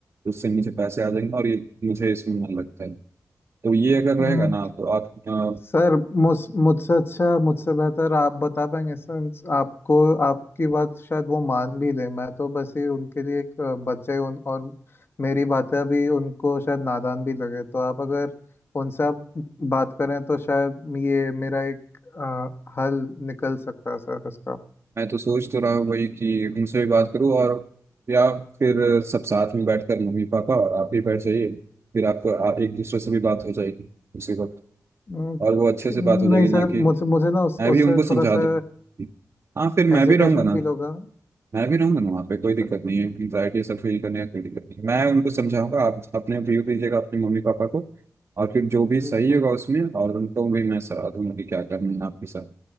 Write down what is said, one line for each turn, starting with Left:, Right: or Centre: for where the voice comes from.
Right: उससे मुझे पैसे आ जाएंगे और ये मुझे इसमें मन लगता है तो ये अगर
Left: हम्म,
Right: रहेगा ना तो आप अ,
Left: सर मुझ मुझसे अच्छा मुझसे बेहतर आप बता पाएंगे सर आपको आपकी बात शायद वो मान भी ले मैं तो बस ही उनके लिए एक अ, बच्चा ही उन और मेरी बातें अभी उनको शायद नादान भी लगे तो आप अगर उनसे आप बात करें तो शायद ये मेरा एक अ, हल निकल सकता है सर इसका
Right: मैं तो सोच तो रहा हूँ वही कि उनसे भी बात करूँ और या फिर सब साथ में बैठकर मम्मी पापा और आप भी बैठ जाइए फिर आपको आ, एक दूसरे से भी बात हो जाएगी उसी वक्त
Left: हम्म,
Right: और वो अच्छे
Left: ठी-
Right: से
Left: नहीं
Right: बात हो जाएगी ना
Left: सर
Right: कि
Left: मुझे मुझे ना उस
Right: मैं भी
Left: उससे
Right: उनको समझा
Left: थोड़ा सा
Right: दूँ हाँ फिर मैं
Left: हेजिटेशन
Right: भी रहूँगा ना
Left: फील होगा
Right: मैं भी रहूंगा ना वहाँ पे कोई दिक्कत
Left: सर,
Right: नहीं है एंग्जाइटी ये सब फील करने का कोई दिक्कत नहीं है। मैं उनको समझाऊंगा आप अपने व्यू दीजिएगा अपने मम्मी पापा को और फिर जो भी सही
Left: जी सर
Right: होगा उसमें और उनको भी मैं सलाह दूंगा कि क्या करना है आपके साथ